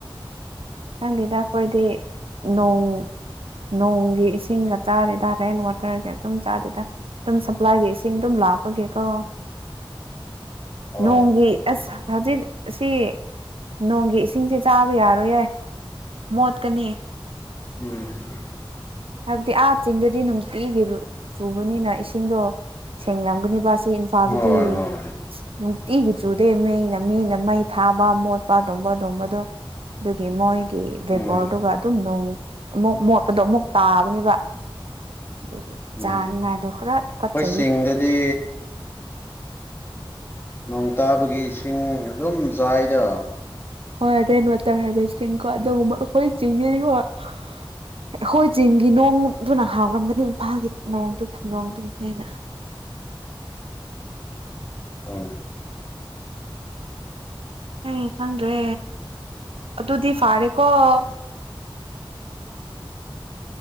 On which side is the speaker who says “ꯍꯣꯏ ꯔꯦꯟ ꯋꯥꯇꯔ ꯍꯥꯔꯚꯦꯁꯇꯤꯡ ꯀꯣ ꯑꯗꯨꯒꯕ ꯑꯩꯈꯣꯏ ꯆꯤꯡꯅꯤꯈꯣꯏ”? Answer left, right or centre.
Right